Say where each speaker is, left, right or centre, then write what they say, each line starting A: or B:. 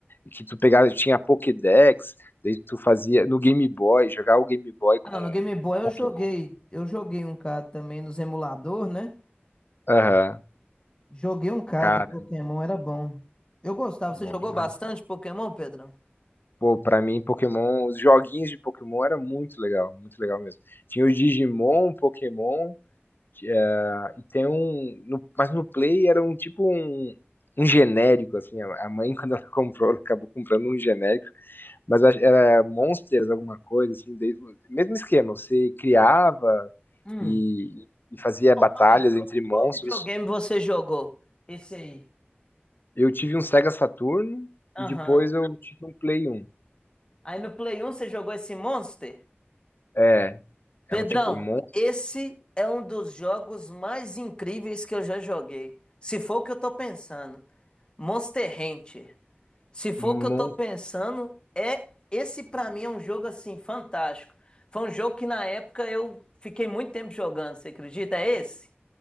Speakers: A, on the left; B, on the left.
A: que tu pegava, tinha Pokédex, daí tu fazia no Game Boy, jogava o Game Boy com
B: Ah, não,
A: o
B: no Game Boy eu
A: Pokémon.
B: joguei. Eu joguei um CAD também nos emulador, né?
A: Aham,
B: Joguei um CAD
A: cara,
B: do Pokémon, era bom. Eu gostava.
A: bom
B: Você jogou
A: demais.
B: bastante Pokémon, Pedrão?
A: Pô, pra mim, Pokémon, os joguinhos de Pokémon era muito legal, muito legal mesmo. Tinha o Digimon, Pokémon, ah, e tem um. no- mas no Play era um tipo um, um genérico, assim. A a mãe, <laughs> quando ela comprou, ela acabou comprando um genérico Mas acho- era Monsters, alguma coisa, assim, desde, o- mesmo esquema, você criava
B: Hum.
A: e, e fazia
B: Ô,
A: batalhas
B: calma aí. Qual,
A: entre monstros.
B: qual videogame você jogou? Esse aí.
A: Eu tive um Sega Saturno
B: Aham.
A: e depois eu tive um Play 1.
B: Aí no Play 1 você jogou esse Monster?
A: É,
B: Pedrão,
A: é um tipo, mon,
B: esse é um dos jogos mais incríveis que eu já joguei. Se for o que eu tô pensando. Monster Hunter. Se for
A: mon,
B: o que eu tô pensando, é esse pra mim é um jogo assim fantástico. Foi um jogo que na época eu fiquei muito tempo jogando, você acredita? É esse?